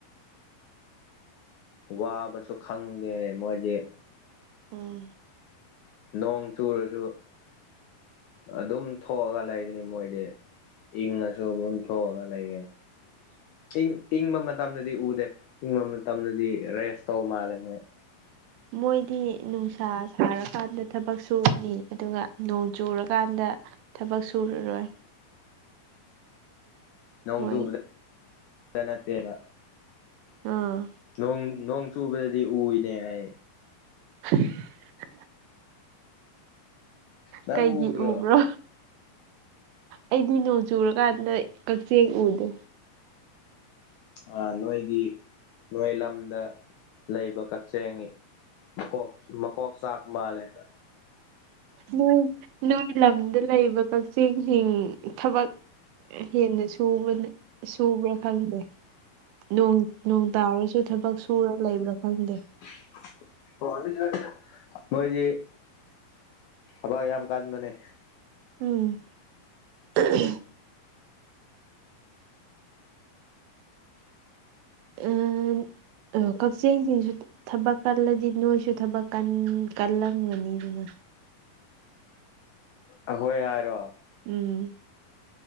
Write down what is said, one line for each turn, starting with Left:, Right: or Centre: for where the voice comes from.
Left: ꯋꯥꯕꯁꯨ ꯈꯪꯗꯦ ꯃꯣꯏꯗꯤ
Right: ꯎꯝ
Left: ꯅꯣꯡ ꯆꯨꯔꯁꯨ ꯑꯗꯨꯝ ꯊꯣꯛꯑꯒ ꯂꯩꯔꯤꯅꯤ ꯃꯣꯏꯗꯤ <unintelligible> ꯏꯪ ꯏꯪꯕ ꯃꯇꯝꯗꯗꯤ ꯎꯗꯦ ꯏꯪꯕ ꯃꯇꯝꯗꯗꯤ ꯔꯦꯁ ꯇꯧ ꯃꯥꯜꯂꯦ ꯃꯣꯏ
Right: ꯃꯣꯏꯗꯤ ꯅꯨꯡꯁꯥ ꯁꯥꯔꯀꯥꯟꯗ ꯊꯕꯛ ꯁꯨꯔꯅꯤ ꯑꯗꯨꯒ ꯅꯣꯡ ꯆꯨꯔꯀꯥꯟꯗ ꯊꯕꯛ ꯁꯨꯔꯔꯣꯏ
Left: <unintelligible>
Right: ꯃꯣꯏ ꯑ
Left: ꯅꯣꯡ ꯅꯣꯡ ꯆꯨꯕꯗꯗꯤ ꯎꯏꯅꯦ ꯍꯥꯏ
Right: <inaudible>
Left: ꯅꯪ
Right: ꯀꯩꯒꯤ
Left: ꯎꯗ꯭ꯔꯣ
Right: ꯎꯕ꯭ꯔꯣ ꯑꯩꯗꯤ ꯅꯣꯡ ꯆꯨꯔꯀꯥꯟꯗ ꯀꯛꯆꯦꯛ ꯎꯗꯦ
Left: ꯑ ꯅꯣꯏꯒꯤ ꯅꯣꯏ ꯂꯝꯗ ꯂꯩꯕ ꯀꯛꯆꯤꯡꯒꯤ ꯃꯀꯣꯛ ꯃꯀꯣꯛ ꯆꯥꯛꯄ ꯃꯥꯜꯂꯦ
Right: ꯅꯣꯏ ꯅꯣꯏ ꯂꯝꯗ ꯂꯩꯕ ꯀꯛꯆꯤꯡꯁꯤꯡ ꯊꯕꯛ ꯍꯦꯟꯅ ꯁꯨꯕꯅ ꯁꯨꯕ꯭ꯔꯥ ꯈꯪꯗꯦ ꯅꯣꯡ ꯅꯣꯡ ꯇꯥꯔꯁꯨ ꯊꯕꯛ ꯁꯨꯔ ꯂꯩꯕ꯭ꯔꯥ ꯈꯪꯗꯦ
Left: <unintelligible> ꯃꯥꯏꯗꯤ ꯊꯕꯛ ꯌꯥꯝ ꯀꯥꯟꯕꯅꯦ
Right: ꯎꯝ <unintelligible> ꯎꯝ ꯀꯛꯆꯤꯡꯁꯤꯁꯨ ꯊꯕꯛ ꯀꯜꯂꯗꯤ ꯅꯣꯏꯁꯨ ꯊꯕꯛ ꯀꯜ ꯀꯜꯂꯝꯒꯅꯤꯗꯅ
Left: ꯑꯩꯈꯣꯏ ꯍꯥꯏꯔꯣ
Right: ꯎꯝ